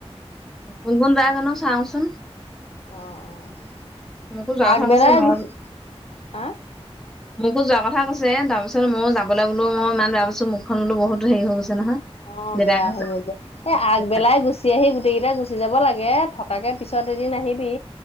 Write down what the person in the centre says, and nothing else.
কোন কোন জাই জানো চাওঁচোন।
মোকো যোৱা
কথা
কৈছে মই
মোকো যোৱা কথা কৈছে, তাৰপিছত মইও যাবলৈ বোলো মই ইমান বেয়া পাইছোঁ মুখখন বোলো বহুত হেৰি হৈ গৈছে নহয়।
দেউতাই
কৈছে
দেউতাই